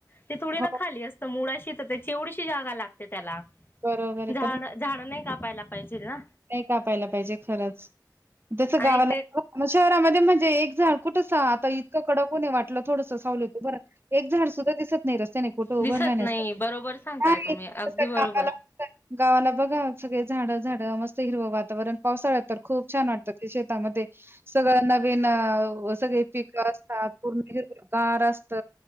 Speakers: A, on the left; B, on the right.
A: ते थोडी ना
B: हो
A: खाली अस मुळाशी तर केवढीशी जागा लागते त्याला
B: बरोबर आहे
A: झाड
B: पण
A: झाड नाही कापायला पाहिजे ना.
B: नाही कापायला पाहिजे खरंच, जसं गावाला
A: आणि ते
B: मग शहरामध्ये म्हणजे एक झाड कुठंस आता इतकं कडक ऊन वाटलं थोडंसं सावलीत हुभ एक झाड सुद्धा दिसत नाही रस्त्याने कुठं उभं
A: दिसत
B: राहण्यासाठी,
A: नाही बरोबर सांगताय
B: नाही
A: तुम्ही अगदी बरोबर
B: कामाला. गावाला बघा सगळे झाडं झाडं मस्त हिरव वातावरण पावसाळ्यात तर खूप छान वाटतं ते शेतामध्ये सगळं नवीन हो सगळे पिकं असतात पूर्ण हिरवं गार असत.